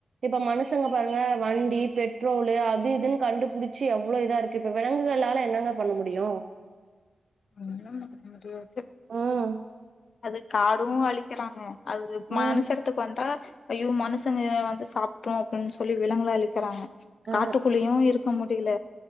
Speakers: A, on the right (about 60°); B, on the left (about 70°).
A: இப்ப மனுஷங்க பாருங்க வண்டி பெட்ரோலு அது இதுன் கண்டுபுடிச்சு எவ்ளோ இதா இருக்கு இப்ப விலங்குகளால என்னங்க பண்ண முடியு
B: ஒன்னும் பண்ண முடியாது
A: ம்
B: அது காடு அழிக்கறாங்க அது மனுஷ
A: ம்
B: எடத்துக் வந்தா ஐயோ மனுசங்க எ வந்து சாப்ட்ரு அப்டின் சொல்லி விலங்குகள அழிக்கறாங்க
A: அ
B: காட்டுக்குள்ளயு இருக்க முடியில